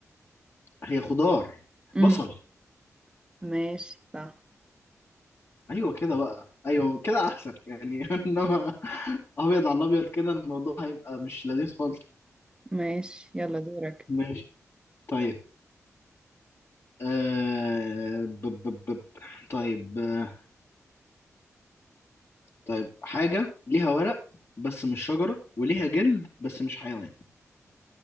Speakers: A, on the left (about 50°); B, on the right (about 15°).
A: هي خضار
B: امم
A: بصل
B: ماشي صح
A: ايوه كده بقى ايوه كده احسن يعني <laughs> انما ابيض على الابيض كده الموضوع هيبقى مش لذيذ خالص
B: ماشي يلا دورك
A: ماشي طيب آه... ب... ب... ب... ب- طيب آه... طيب حاجة ليها ورق بس مش شجرة وليها جلد بس مش حيوان